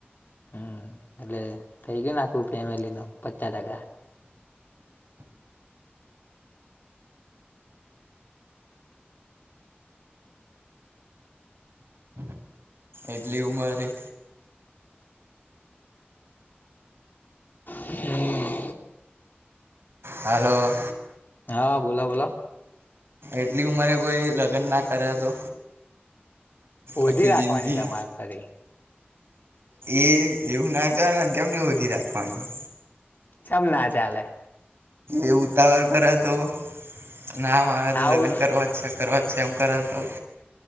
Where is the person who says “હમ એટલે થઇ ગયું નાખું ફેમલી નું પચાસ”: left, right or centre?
Left